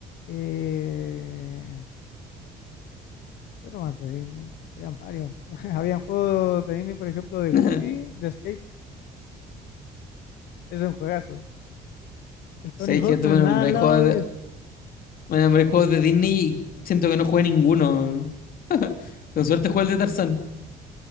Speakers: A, on the left (about 75°); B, on the left (about 60°).
A: eh, ¿Qué nomás de Disney? Habían varios. <laughs> Habían juegos de Disney, por ejemplo, de Goofy,
B: <laughs>
A: de Skate. Es un juegazo. El Tony
B: Sabes
A: Hawk
B: que tú
A: no
B: me
A: es nada
B: nombráis
A: al lado
B: juegos
A: de
B: de,
A: eso.
B: me nombráis juegos de Disney y siento que no jugué ninguno. <laughs> Con suerte jugué el de Tarzán,